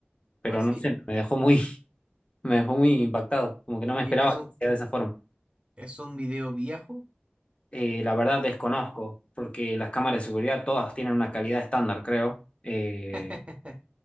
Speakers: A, on the left (about 30°); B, on the right (about 30°).
A: pero
B: así.
A: no sé, me dejó muy, <laughs> me dejó muy impactado, como que no me
B: Y
A: esperaba
B: es
A: que
B: un,
A: sea de esa forma.
B: es un video viejo.
A: Eh, la verdad desconozco, porque las cámaras de seguridad todas tienen una calidad estándar, creo. Eh,
B: <laughs>